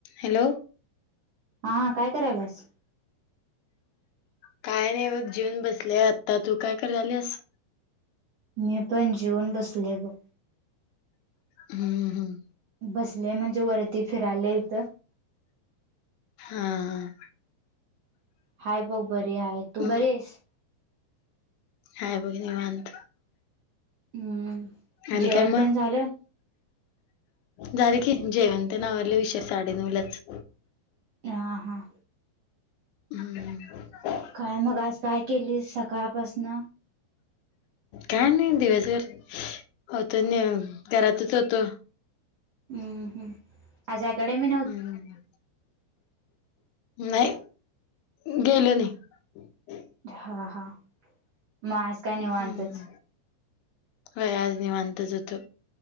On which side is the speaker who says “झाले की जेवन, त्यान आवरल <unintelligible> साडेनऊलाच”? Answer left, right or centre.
Left